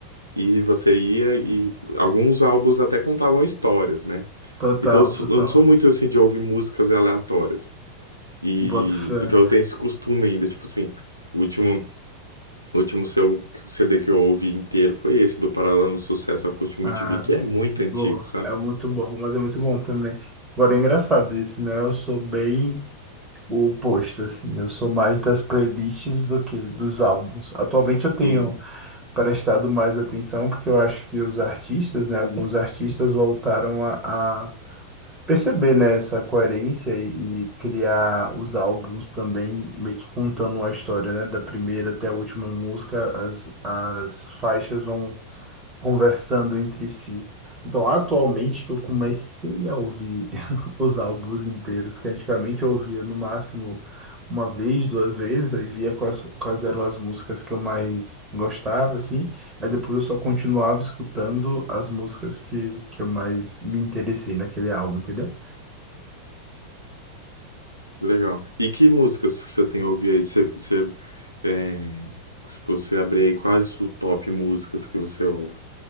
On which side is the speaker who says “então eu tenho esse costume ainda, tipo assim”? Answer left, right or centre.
Left